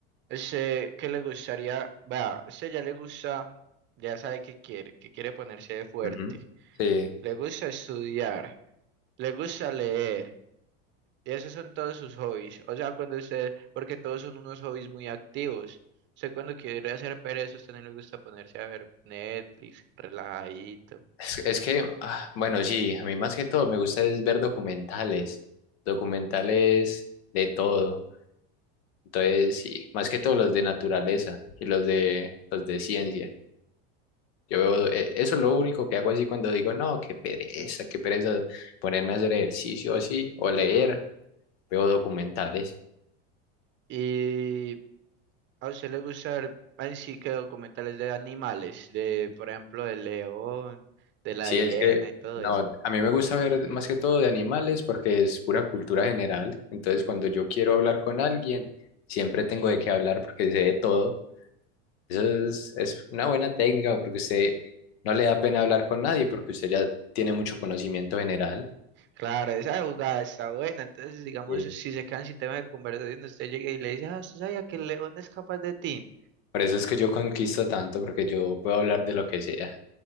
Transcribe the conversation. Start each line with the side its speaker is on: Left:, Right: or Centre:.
Right: sé que le gustaría, vea, usted ya le gusta, ya sabe que quiere, que quiere ponerse de fuerte,
Left: Ujú. Sí,
Right: le gusta estudiar, le gusta leer, y esos son todos sus hobbies, o sea, cuando usted, porque todos son unos hobbies muy activos, usted cuando quiere hacer pereza, a usted no le gusta ponerse a ver Netflix, relajadito,
Left: es, es que, ah, bueno, sí, a mí más que todo me gusta es ver documentales, documentales de todo. Entonces, sí, más que todo los de naturaleza y los de, los de ciencia. Yo veo, eh, eso es lo único que hago así cuando digo, no, qué pereza, qué pereza ponerme a hacer ejercicio así o leer, veo documentales.
Right: Y A usted le gusta ver en sí que documentales de animales, de por ejemplo del león, de la
Left: Sí,
Right: hiena
Left: es que,
Right: y todo
Left: no,
Right: eso.
Left: a mí me gusta ver más que todo de animales porque es pura cultura general. Entonces, cuando yo quiero hablar con alguien, siempre tengo de qué hablar porque sé de todo. Eso es, es una buena técnica porque usted no le da pena hablar con nadie porque usted ya tiene mucho conocimiento general.
Right: Claro, esa jugada está buena. Entonces, digamos,
Left: Sí.
Right: si se quedan sin tema de conversación, usted llega y le dice, ah, usted sabía que el león es capaz de ti.
Left: Por eso es que yo conquisto tanto porque yo puedo hablar de lo que sea.